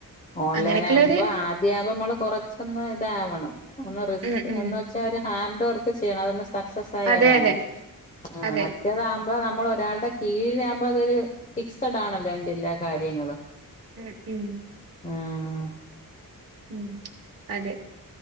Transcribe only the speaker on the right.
അങ്ങനെയൊക്കെയുള്ള ഒരു
ഉം ഉം
അതെ
അതെ
അതെ
ഉം ഉം
ഉം അതെ